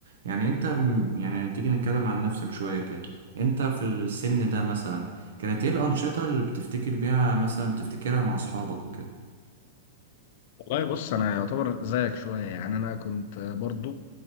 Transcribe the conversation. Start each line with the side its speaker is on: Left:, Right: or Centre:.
Right: يعني انت م- يعني تيجي نتكلم عن نفسك شوية كده انت في السن ده مثلا كانت ايه الانشطة اللي بتفتكر بيها مثلا بتفتكرها مع اصحابك وكده
Left: والله بص انا يعتبر زيك شويه يعني انا كنت برضو